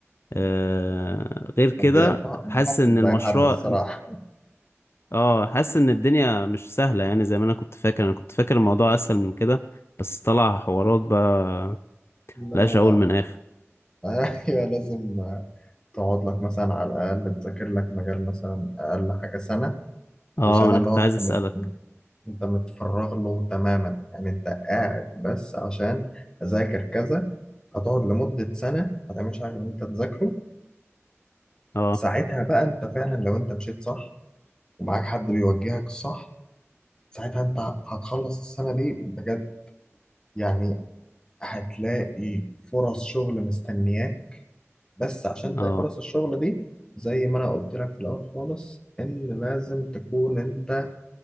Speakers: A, on the left (about 55°); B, on the left (about 15°).
A: آه، غير كده
B: ماديات ما ما
A: حاسس
B: حدش
A: ان
B: بقى
A: المشروع
B: حد الصراحة
A: اه حاسس ان الدنيا مش سهلة يعني زي ما انا كنت فاكر انا كنت فاكر الموضوع اسهل من كده بس طلع حوارات بقى
B: لا
A: ملهاش
B: لا
A: اول من اخر
B: <laughs> ايوه لازم تقعد لك مثلا على الاقل تذاكر لك مجال مثلا اقل حاجه سنه
A: اه
B: وسنه
A: ما انا
B: اللي
A: كنت
B: هو انت
A: عايز اسألك
B: مت... انت متفرغ له تماما يعني انت قاعد بس عشان اذاكر كذا هتقعد لمده سنه ما تعملش حاجه غير ان انت تذاكره
A: اه
B: ساعتها بقى انت فعلا لو انت مشيت صح ومعاك حد بيوجهك صح ساعتها انت هتخلص السنه دي بجد يعني هتلاقي فرص شغل مستنياك بس عشان تلاقي
A: اه
B: فرص الشغل دي زي ما انا قلت لك في الاول خالص ان لازم تكون انت